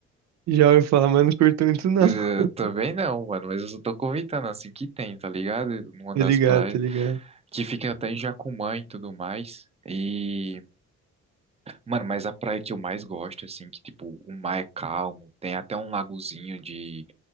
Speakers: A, on the right; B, on the right.
A: Já ouvi falar, mas não curto muito, não.
B: Eh,
A: <laughs>
B: também não, mano, mas eu só tô comentando assim que tem, tá ligado? Numa
A: Tá
B: das
A: ligado,
B: praias
A: tá ligado.
B: que fica até em Jacumã e tudo mais. E, mano, mas a praia que eu mais gosto, assim, que tipo, o mar é calmo, tem até um lagozinho de,